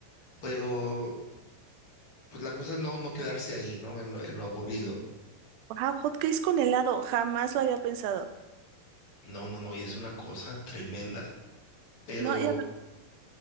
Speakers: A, on the left; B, on the right.
A: Pero, pues la cosa es no, no quedarse ahí, ¿no? En, lo- en lo aburrido.
B: Wow, hot cakes con helado, jamás lo había pensado.
A: No, no, no, y es una cosa tremenda. Pero,
B: No, y,